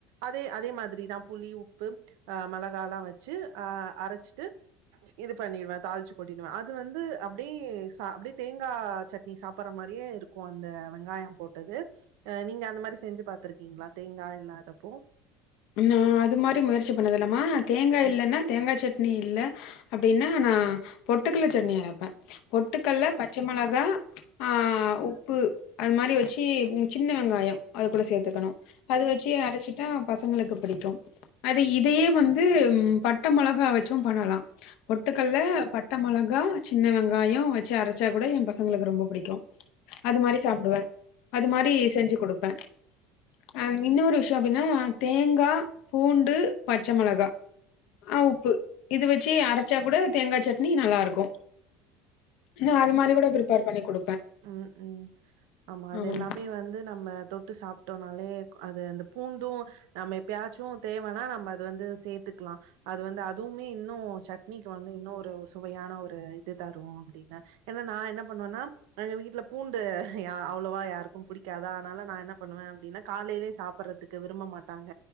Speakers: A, on the right; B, on the left.
A: அதே அதே மாதிரிதா புளி உப்பு அ மெளகாலா வச் ச்சு ஆ அரச்சிட்டு இது பண்ணிருவே தாள்ச்சு கொட்டினுவே அது வந்து அப்டியே சா அப்டியே தேங்கா சட்னி சாப்புட்ற மா மாரியே இருக்கு அந்த வெங்காயம் போட்டது அ நீங்க அந்த மாரி செஞ்சு பா்த்திருக்கீங்ளா தேங்கா இல்லாதப்ப போ
B: ம்மா அது மாரி முயற்சி பண்ணதில்லமா தேங்கா
A: ம்
B: இல்லனா தேங்கா சட்னி இல்ல அப்டின்னா நா பொட்டுக்கட்ல சட்னி அரப்பே பொட்டுக்கட்ல பச்சை மொளகா ஆ உப்பு அது மாரி வச்சு ம் சின்ன வெங்காயம் அதுக்கூட சேத்துக்கணு அது வச்சு அரச்சிட்டா பசங்களுக்கு பிடிக்கு அது இதையே வந்து ம் பட்ட மொளகா வச்சும் பண்ணலா பொட்டுக்கட்ல பட்ட மொளகா சின்ன வெங்காயோ வச்சு அரச்சா கூட எ பசங்களுக்கு ரொம்ப பிடிக்கு அது மாரி சாப்டுவே அது மாரி செஞ்சு குடுப்பே அ இன்னொரு விஷ்யோ அப்டினா தேங்கா பூண்டு பச்ச மொளகா ஆ உப்பு இது வச்சு அரச்சா கூட தேங்கா சட்னி நல்லா இருக்கு இல்னா அது மாரி கூட பிரிப்பேர் பண்ணி குடுக்
A: ம் ம் ஆமா அது
B: ஆமாமா.
A: எல்லாமே வந்து நம்ம தொட்டு சாப் ட்டோனாலே அது அந்த பூண்டு நம்ம எப்பயாச்சு தேவனா நம்ப அது வந்து சேத்துக்லா அது வந்து அதுமே இன்னு சட்னிக்கு வந்து இன்ன ஒரு சுவையான ஒரு இது தரு அப்டின்னு ஏனா நா என்ன பண்ணுவேனா எங்க வீட்ல பூண்டு யா அவ்ளோவா யாருக்கு புடிக் க்காதா அதனால நா என்ன பண்ணுவே அப்டினா காலைலே சாப்புட்றத்துக்கு விரும்ப மாட்டாங்க